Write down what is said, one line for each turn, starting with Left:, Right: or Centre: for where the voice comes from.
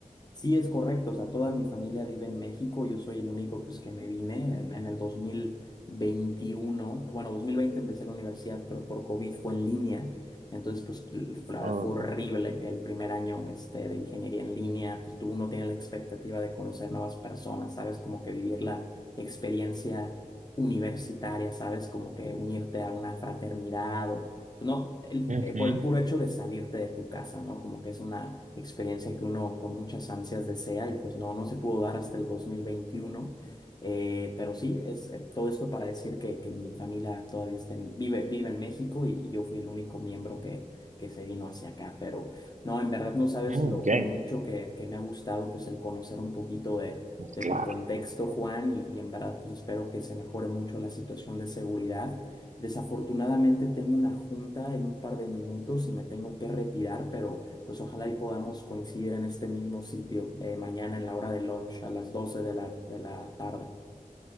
Left: Sí, es correcto, o sea, toda mi familia vive en México, yo soy el único pues que me vine en, en el dos mil veintiuno, bueno, 2020 empecé la universidad, pero por COVID fue en línea, entonces pues l- fue la
Right: okay
Left: verdad fue horrible el primer año este, de ingeniería en línea, pues tú no tienes la expectativa de conocer nuevas personas, sabes, como que vivir la experiencia universitaria, sabes, como que unirte a una fraternidad o no, el-
Right: Ujú.
Left: eh, por el puro hecho de salirte de tu casa, ¿no? Como que es una experiencia que uno con muchas ansias desea y pues no, no se pudo dar hasta el 2021. Eh, pero sí, es eh, todo esto para decir que, que mi familia todavía está en- vive, vive en México y, y yo fui el único miembro que, que se vino hacia acá. Pero no, en verdad no sabes
Right: Ok,
Left: lo, lo mucho que, que me ha gustado pues el conocer un poquito de, de
Right: claro.
Left: tu contexto, Juan, y, y en verdad pues espero que se mejore mucho la situación de seguridad Desafortunadamente tengo una junta en un par de minutos y me tengo que retirar, pero pues ojalá y podamos coincidir en este mismo sitio eh, mañana en la hora de lunch a las 12 de la, de la tarde.